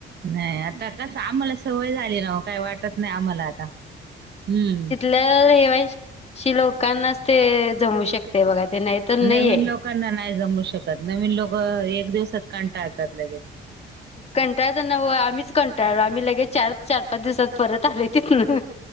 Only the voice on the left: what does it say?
तर रहिवाशी लोकांनाच ते जमू शकते बघा ते नाही तर नाहीये
कंटाळता न्हवं, आम्हीच कंटाळलो आम्ही लगेच चार चार-पाच दिवसात परत आलो. तिथंन